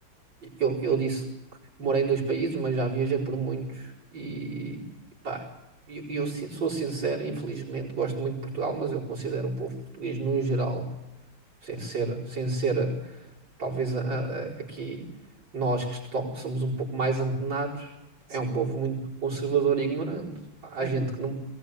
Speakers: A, on the right; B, on the right.
A: eu, eu disse que morei em dois países, mas já viajei por muitos e epá, E e eu si- sou sincero, infelizmente gosto muito de Portugal, mas eu considero o povo português no geral, sem ser, sem ser talvez a- a- a- aqui nós que estão- somos um pouco mais antenados, é
B: <laughs> Sim.
A: um povo muito conservador e ignorante. Pá, Há
B: É,
A: gente que não,